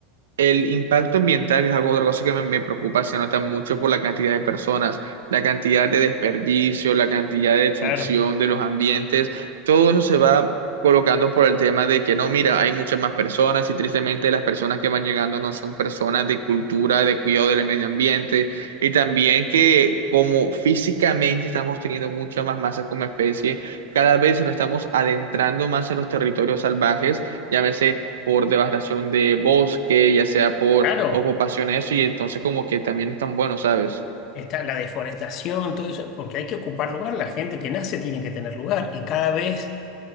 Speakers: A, on the right; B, on the left.
A: El impacto ambiental, que es algo otra cosa que me, me preocupa, se nota mucho por la cantidad de personas, la cantidad de desperdicio, la cantidad de destrucción
B: Claro.
A: de los ambientes, todo eso se va colocando por el tema de que no, mira, hay muchas más personas y tristemente las personas que van llegando no son personas de cultura, de cuidado del medio ambiente y también que como físicamente estamos teniendo mucha más masa como especie, cada vez nos estamos adentrando más en los territorios salvajes, llámese por devastación de bosque, ya sea por
B: Claro,
A: ocupación, eso, y entonces como que también están buenos, ¿sabes?
B: está la deforestación, todo eso, porque hay que ocupar lugar, la gente que nace tiene que tener lugar y cada vez